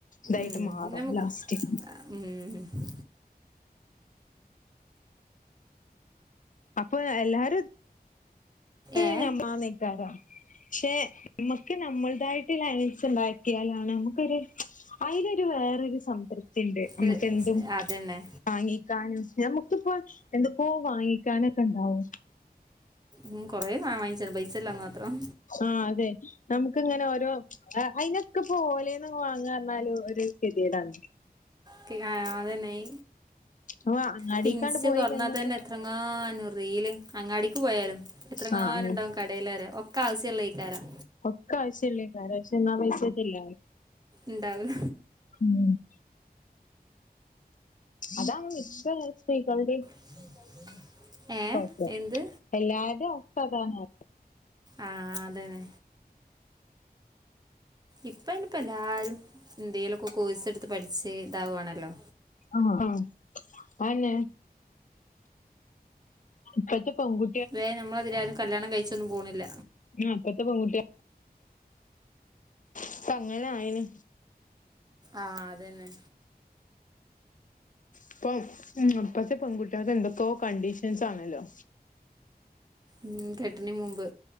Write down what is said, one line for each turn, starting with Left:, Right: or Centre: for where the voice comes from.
Left: തായിട്ട്
Right: ഉം
Left: മാറും
Right: നമ്മ
Left: ലാസ്റ്റ്
Right: ഉം
Left: അപ്പൊ എല്ലാരും ത്തി
Right: ഏ
Left: ഞമ്മാന്നിക്കാരം പക്ഷെ മ്മക്ക് നമ്മൾതായിട്ട്ള്ള ഏണിങ്സ് ണ്ടാക്കിയാലാണ് നമുക്കൊരു അയ്ലൊരു വേറോരു സംതൃപ്തി ണ്ട് നമുക്കെന്തും
Right: ഇത് സ് അതന്നെ
Left: വാങ്ങിക്കാനും നമുക്കിപ്പൊ എന്തൊക്കോ വാങ്ങിക്കാനൊക്കെ ണ്ടാവും
Right: ഉം കൊറെ സാദനം വാങ്ങിച്ചത് പൈസല്ലാന്ന് മാത്രം
Left: ആ അതെ നമുക്ക് ങ്ങനെ ഓരോ ആ അയ്നൊക്കെപ്പോ ഓലേന്ന് വാങ്ങാറഞ്ഞാല് ഒരു കെതിയെടാണ്
Right: ക്കി ആ അതന്നെയ്
Left: അപ്പൊ അങ്ങാടിക്കാണ്ട്
Right: പ്പൊ ഇൻസി
Left: പോയി
Right: തോറന്നാൽ
Left: കഴിഞ്ഞാൽ
Right: തന്നെ എത്ര എത്രങ്ങാനും റീല് അങ്ങാടിക്ക് പോയാലും എത്രങ്ങാനം
Left: ആഹ്
Right: ണ്ടാവും കടെലറിയോ ഒക് ക്കാവസ്യള്ളെയ്ക്കാരം
Left: ഒക്കെ ആവശ്യള്ളെയ്ക്കാരം പക്ഷേ ന്നാ പൈസട്ടില്ല
Right: ണ്ടാവൂല
Left: ഉം അതാണ് മിക്ക സ്ത്രീകളുടീം
Right: <inaudible>
Left: ഓക്കേ
Right: എന്ത്
Left: എല്ലാർടേം അവസ്ഥതാണ്
Right: ആ അതെന്നെ ഇപ്പയിന് പ്പൊ എല്ലാരും ന്തേലൊക്കെ കോഴ്സ് ടുത്ത് പഠിച്ച് താവാണല്ലോ
Left: അ ആ അയന്നെ പ്പഴ്ത്തെ പെൺകു
Right: വേം നമ്മളതിലായാലും കല്യാണം കഴിച്ചൊന്നും പോണില്ല
Left: ആ പ്പത്തെ പെൺകുട്ടേ ഇപ്പ അങ്ങനെ ആയീണ്
Right: ആ അതന്നെ
Left: ഇപ്പം ഉം ഇപ്പത്തെ പെങ്കുട്യാക്ക് എന്തൊക്കോ കണ്ടീഷൻസ് ആണല്ലോ
Right: ഉം കെട്ട്ണി മുമ്പ്